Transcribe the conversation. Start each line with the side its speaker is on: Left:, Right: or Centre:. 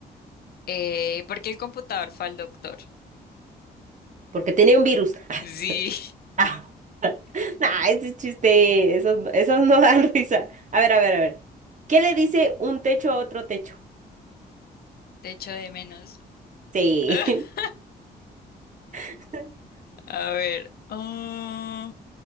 Left: Eh, ¿por qué el computador fue al doctor?
Right: Porque tenía un virus. <laughs>
Left: Sí,
Right: Ah, nah, ese chiste. Esos, no- esos no dan risa. A ver, a ver, a ver. ¿Qué le dice un techo a otro techo?
Left: <laughs> te echo de menos.
Right: Sí.
Left: <laughs>
Right: <laughs>
Left: A ver. Ah,